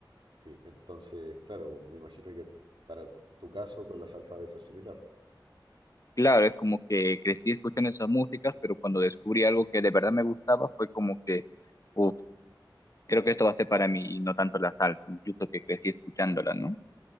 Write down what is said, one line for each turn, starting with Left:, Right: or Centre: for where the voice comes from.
Right: eh, entonces, claro, me imagino que para tu tu caso con la salsa debe ser similar.
Left: Claro, es como que crecí escuchando esas músicas, pero cuando descubrí algo que de verdad me gustaba fue como que, uf, creo que esto va a ser para mí y no tanto la salsa, incluso que crecí escuchándola, ¿no?